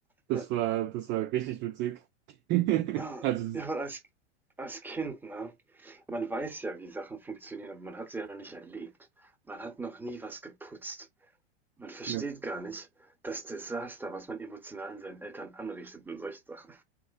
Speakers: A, on the right; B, in the centre.
A: Das
B: ja,
A: war, das war richtig witzig. <laughs>
B: ah,
A: Also,
B: ja, weil als, als Kind, ne? Man weiß ja, wie Sachen funktionieren, aber man hat sie ja noch nicht erlebt. Man hat noch nie was geputzt. Man versteht
A: ne.
B: gar nicht das Desaster, was man emotional in seinen Eltern anrichtet mit solchen Sachen.